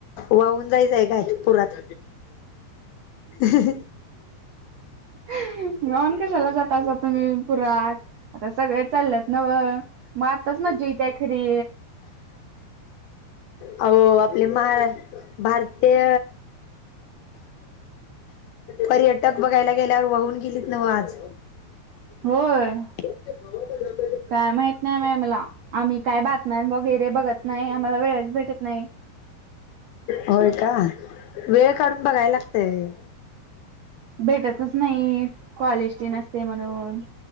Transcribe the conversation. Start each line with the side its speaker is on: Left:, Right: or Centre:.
Left: वाहून जायचंय काय पुरात ह्.
Right: गवन कशाला जाताा तुम्ही पुरात आता सगळे चाललेत नव मग आताच म्जीेत आहे खरी.
Left: अ आपले महारा भारतीय पर्यटक बघायला गेल्यावर वाहून गेली. नवाज
Right: होय.
Left: <unintelligible>
Right: काय माहित नाही बा मला आम्ही काय बातम वगैरे बघत नाही आम्हाला वेळच भेटत नाही.
Left: होय का वेळ काढून बघायला लागतेय.
Right: भेटतच नाही कॉलेज ट नसते म्हणून